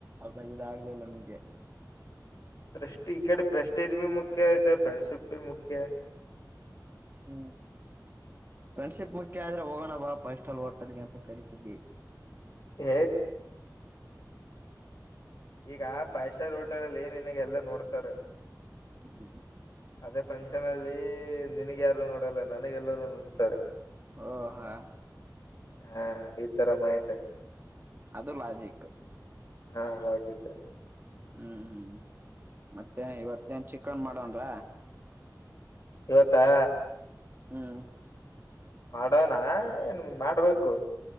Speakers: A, on the right (about 30°); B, on the left (about 50°).
A: ಅದ ಇದಾಗಗ್ಲಿಲ್ಲ ನಿಮ್ಗೆ
B: ಪ್ರೆಸ್ಟ್ ಈ ಕಡೆ ಪ್ರ್ರಸ್ಟಿಜ ನು ಮುಖ್ಯ ಈಡೆ ಫ್ರೆಂಡ್ಶಿಪ್ನು ಮುಖ್ಯ
A: ಹ್ಮ್ ಫ್ರೆಂಡ್ಶಿಪ್ ಮುಖ್ಯ ಆದ್ರೆ ಹೋಗೋಣ ಬಾಪಾ ಇಷ್ಟಲ್ಲಿ ಹೊಟ್ಟದಗೆ ಅಂತ ಕರಿತಿದ್ದಿ
B: ಹ ಈಗ ಫೈವ್ ಸ್ಟಾರ್ ಹೋಟೆಲ್ ಅಲ್ಲಿ ಏನ್ನಗೆ ಎಲ್ಲ ನೋಡ್ತಾರೆ
A: ಹ್ಮ
B: ಅದೇ ಫಂಕ್ಷನ್ ಅಲ್ಲಿ ನಿನಗ್ ಯಾರು ನೋಡಲ್ಲ ನನಗೆಲ್ಲರೂ ನೋಡ್ತಾರೆ
A: ಓ ಹಾ
B: ಹಾ ಈ ತರ ಮೈಂಡ್
A: ಅದು ಲಾಜಿಕ್
B: ಹಾಲದುಕ್ಕ
A: ಹ್ಮ್ ಹ್ಮ್ ಮತ್ತೆ ಇವತ್ತೇನ್ ಚಿಕನ್ ಮಾಡೋಣ್ರ
B: ಇವತ್ತಾ
A: ಹ್ಮ್
B: ಮಾಡೋಣ ಏನ್ ಮಾಡ್ಬೇಕು